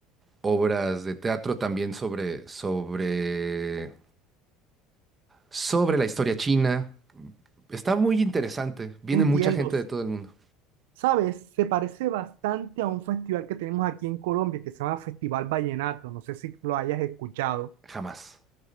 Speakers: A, on the right; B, on the right.
A: obras de teatro también sobre, sobre, sobre la historia china. Está muy interesante, viene
B: entiendo.
A: mucha gente de todo el mundo.
B: ¿Sabes? Se parece bastante a un festival que tenemos aquí en Colombia que se llama Festival Vallenato, no sé si lo hayas escuchado.
A: Jamás,